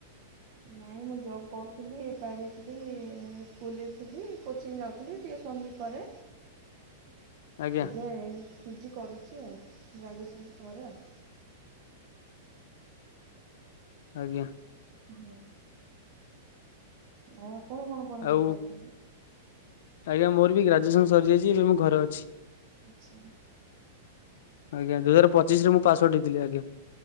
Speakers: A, on the right; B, on the left.
A: ନାଇଁ ମୁଁ ଜବ୍ କରୁଥିଲି, ପ୍ରାଇଭେଟ ସ୍କୁଲରେ ଥିଲି, କୋଚିଂ ଯାଉଥିଲି। ଟ୍ୟୁସନ ବି କରେ।
B: ଆଜ୍ଞା
A: ଏବେ ପିଜି କରୁଛି ଆଉ, ଗ୍ରାଜୁଏସନ୍ ପରେ ଆଉ।
B: ଆଜ୍ଞା।
A: ହୁଁ। ଆଉ ଆପଣ କଣ ପଢାପଢ଼ି
B: ଆଉ
A: କରୁଛନ୍ତି?
B: ଆଜ୍ଞା ମୋର ବି ଗ୍ରାଜୁଏସନ ସରିଯାଇଛି, ଏବେ ମୁଁ ଘରେ ଅଛି।
A: ଆଛା।
B: ଆଜ୍ଞା ଦୁଇ ହଜାର ପଚିଶରେ ମୁଁ ପାସ ଆଉଟ୍ ହେଇଥିଲି ଆଜ୍ଞା।